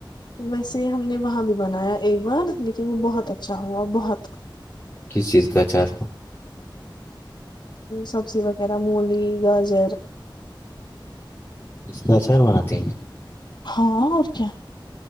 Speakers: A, on the left (about 60°); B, on the left (about 25°).
A: ویسے ہم نے وہاں بھی بنایا ایک بار لیکن میں بہت اچھا ہ گا اور بہت
B: کس چیز کا اچار
A: سبزی وغیرہ مولی گاجر
B: اس کاچار م آاتتے ہیں
A: ہاں اور کیا